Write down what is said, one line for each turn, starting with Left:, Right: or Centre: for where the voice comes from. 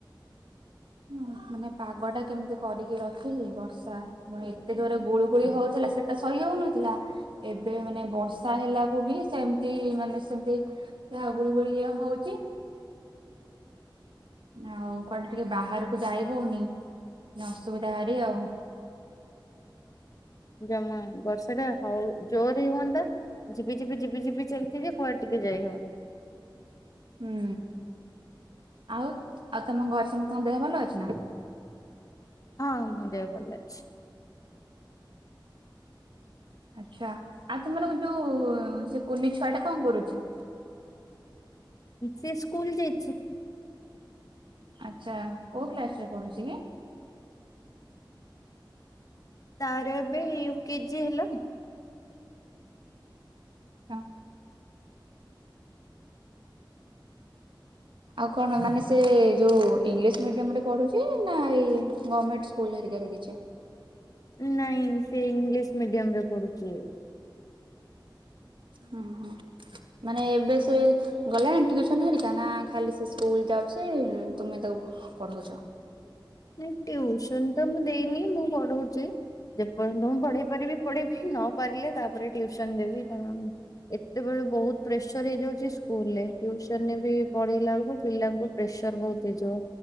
Right: ମାନେ ପାଗ ଟା କେମିତି କରିକି ରଖିଛି ବର୍ଷା ପୁଣି ଏତେ ଜୋରେ ଗୁଳିୁ ଗୁଳି ହଉଥିଲା ସେଟା ସହି ହଉନଥିଲା ଏବେ ମାନେ ବର୍ଷା ହେଲାକୁ ବି ସେମିତି ମାନେ ସେମତି ଗୁଳଗୁଳିଆ ହଉଛି ଆଉ। ବାହାରକୁ ଯାଇ ହଉନି ଅସୁବିଧା ଭାରି ଆଉ।
Left: ଜମା ବର୍ଷା ଟା ହଉ ଜୋର ରେ ହୁଅନ୍ତା ଝିିପି ଝିିପି ଝିପି ଝିପି ଚାଲିଛି ଯେ କୁଆଡେ ଟିକେ ଯାଇହଉନି।
Right: ହୁଁ ଆଉ ଆଉ ତମ ଘରେ ସମତଙ୍କ ଦେହ ଭଲ ଅଛି ନା?
Left: ହଁ ମ ଦେହ ଭଲ ଅଛି।
Right: ଆଚ୍ଛା ଆଉ ତମର ଯୋଉ ସେ କୁନି ଛୁଆ ଟା କଣ କରୁଛି?
Left: ସେ ସ୍କୁଲ ଯାଇଛି।
Right: ଆଛା କୋଉ କ୍ଲାସ ରେ ପଢୁଛି କି?
Left: ତାର ଏବେ ୟୁ କେଜି ହେଲାମ
Right: ହଁ। ଆଉ କଣ ମାନେ ସେ ଯୋଉ ଇଂଲିଶ ମିଡିୟମରେ ପଢୁଛି ନା ଏଇ ଗମେଣ୍ଟ ସ୍କୁଲ ହେରିକା ରେ କିଛି।
Left: ନାଇଁ ସେ ଇଂଲିଶ ମିଡିୟମ ରେ ପଢୁଛି।
Right: ହଁ ହ। ମାନେ ଏବେ ସେ ଗଲାଣି ଟିଉସନ ହେରିକା ନା ଖାଲି ସେ ସ୍କୁଲ ଯାଉଛି, ତୁମେ ତାକୁ ପଢ଼ଉଛ?
Left: ନାଇଁ ଟ୍ୟୁସନ ତ ମୁଁ ଦେଇନି ମୁଁ ପଢଉଛି। ଯେପର୍ଯ୍ୟନ୍ତ ମୁଁ ପଢେଇ ପାରିବି ପଢେଇବି ନ ପାରିଲେ ତାପରେ ଟିଉସନ ଦେବି କାରଣ ଏତେ ବ ବହୁତ ପ୍ରେସର ହେଇଯାଉଛି ସ୍କୁଲ ରେ ଟିଉସନ ରେ ବି ପଢେଇଲା ବେଳକୁ ପିଲାଙ୍କୁ ପ୍ରେସର ବହୁତ ହେଇ ଯିବ,